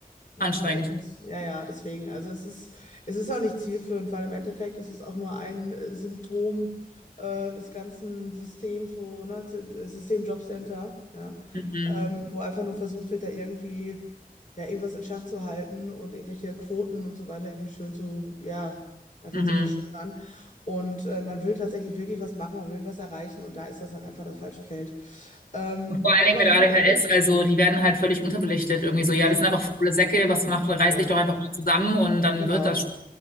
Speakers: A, on the left; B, on the left.
A: Ja,
B: Anstrengend.
A: und ja, ja, deswegen, also es ist, es ist auch nicht zielführend, weil im Endeffekt ist es auch nur ein äh, Symptom äh, des ganzen Systems, wo, ne, Sy- System Jobcenter, ja,
B: Mhm,
A: ähm, wo einfach nur versucht wird, da irgendwie, ja, irgendwas in Schach zu halten und irgendwelche Quoten und so weiter irgendwie schön zu, ja, einfach
B: mhm.
A: zu verschönern. Und äh, man will tatsächlich wirklich was machen, man will was erreichen und da ist das dann einfach das falsche Feld. Ähm,
B: Und vor allen Dingen
A: aber
B: mit
A: auf jeden
B: ADHS,
A: Fall cool.
B: also die werden halt völlig unterbelichtet irgendwie so. Ja,
A: Voll.
B: die sind einfach faule Säcke, was macht, reiß
A: Ja,
B: dich doch
A: ja.
B: einfach mal zusammen und dann
A: genau,
B: wird das schon.